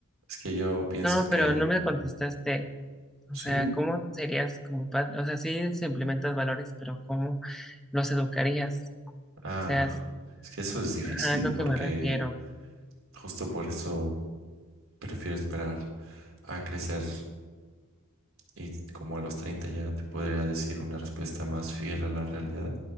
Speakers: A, on the right; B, in the centre.
A: Es que yo pienso
B: No,
A: que
B: pero no me contestaste.
A: ¿Sí?
B: O sea, ¿cómo serías como padre? O sea, sí se implementas valores, pero ¿cómo los educarías? O
A: Ah,
B: sea, es-
A: es que eso es difícil
B: ajá, es lo
A: porque
B: que me refiero.
A: justo por eso prefiero esperar a crecer y como a los 30 ya te podría decir una respuesta más fiel a la realidad,